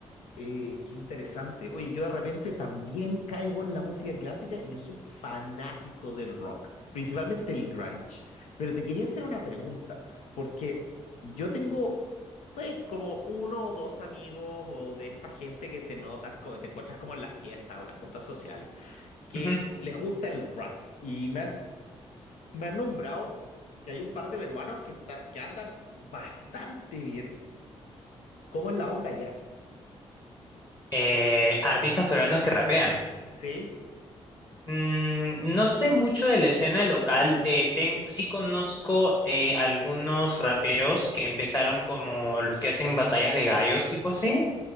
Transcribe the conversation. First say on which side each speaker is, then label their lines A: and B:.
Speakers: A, on the left (about 85°); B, on the left (about 30°).
A: Eh, qué interesante. Oye, yo de repente también caigo en la música clásica y yo soy fanático del rock, principalmente el grunge. Pero te quería hacer una pregunta, porque yo tengo eh, como uno o dos amigos o de esta gente que te notas, co- te encuentras como en las fiestas o las juntas sociales, que
B: Ujú.
A: les gusta el rap. Y me han, me han nombrado que hay un par de peruanos que, está- que andan bastante bien. ¿Cómo es la onda ya?
B: Eh, artistas peruanos que rapean.
A: Sí,
B: Mm, no sé mucho de la escena local, eh, ten- sí conozco eh, algunos raperos que empezaron como los que hacen batallas de gallos, tipo así.